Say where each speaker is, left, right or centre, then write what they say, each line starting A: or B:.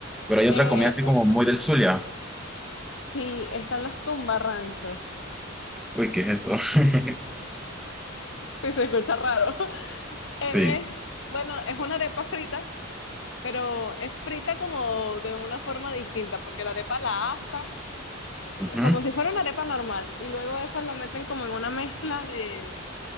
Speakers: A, in the centre; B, on the left.
A: Pero hay
B: Eh,
A: otra comida así como
B: eh,
A: muy del Zulia.
B: sí, están los tumbarranchos. <laughs>
A: Uy, ¿qué es eso? <laughs>
B: Sí, se escucha raro. <laughs>
A: Sí.
B: Es, bueno, es una arepa frita pero es frita como de una forma distinta, porque la arepa la asan
A: ujú,
B: como si fuera una arepa normal y luego eso lo meten como en una mezcla de,